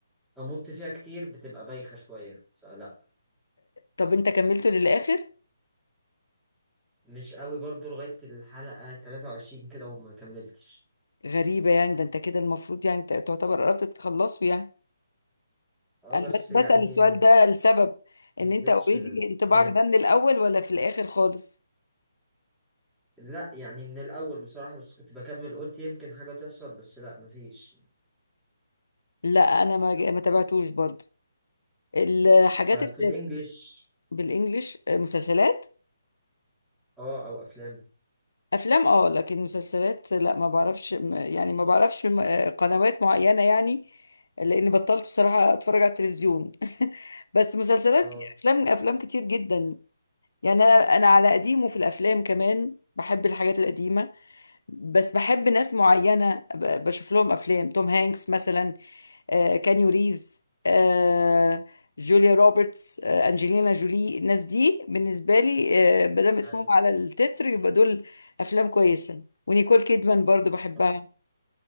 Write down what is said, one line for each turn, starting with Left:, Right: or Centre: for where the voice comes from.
Centre: أمط فيها كتير بتبقى بايخة شوية فلأ
Left: طب انت كملته للاخر
Centre: مش قوي برضو لغاية الحلقة 23 كده وما كملتش
Left: غريبه يعني ده انت كده المفروض يعني ت- تعتبر قربت تخلصه يعني
Centre: أه
Left: انا
Centre: بس
Left: بس
Centre: يعني
Left: بسال السؤال ده لسبب
Centre: مديتش
Left: ان انت اوريدي
Centre: ال...
Left: انطباعك
Centre: إيه
Left: ده من الاول ولا في الاخر خالص
Centre: لا يعني من الأول بصراحة بس كنت بكمل قلت يمكن حاجة تحصل بس لا مفيش
Left: لا انا ما ما تابعتوش برضو الحاجات
Centre: طيب
Left: اللي
Centre: في الإنجليش
Left: بالانجلش مسلسلات
Centre: اه أو أفلام
Left: افلام اه لكن مسلسلات لا ما بعرفش م- يعني ما بعرفش م- آه، قنوات معينة يعني لاني بطلت بصراحة اتفرج على التلفزيون <laughs> بس مسلسلات
Centre: اه
Left: افلام افلام كتير جدا يعني انا انا على قديمه في الافلام كمان بحب الحاجات القديمة بس بحب ناس معينة ب- بشوف لهم افلام توم هانكس مثلا آه، كانيو ريفز آه، جوليا روبرتس آه، أنجلينا جولي الناس دي بالنسبة لي آه، مادام اسمهم
Centre: أيوه
Left: على التتر يبقى دول أفلام كويسة ونيكول كيدمان برضو بحبها
Centre: طب